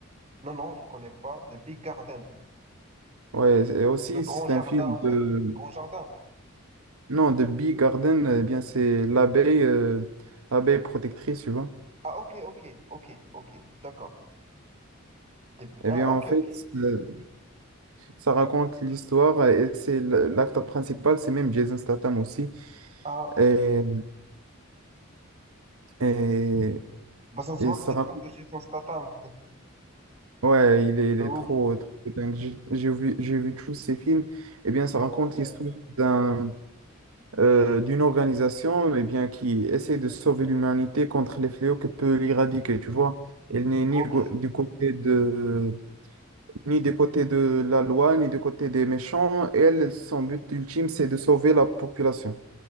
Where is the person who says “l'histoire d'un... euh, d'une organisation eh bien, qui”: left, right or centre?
Right